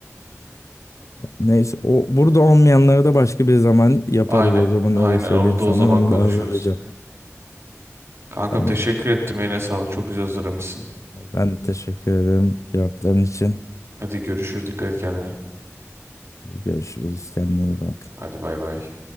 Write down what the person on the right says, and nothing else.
Aynen.
Aynen
onu da
o zaman
konuşuruz.
Kankam
teşekkür ettim. Eline sağlık. Çok güzel hazırlamışsın.
Hadi görüşürüz. Dikkat et kendine.
Hadi bay bay.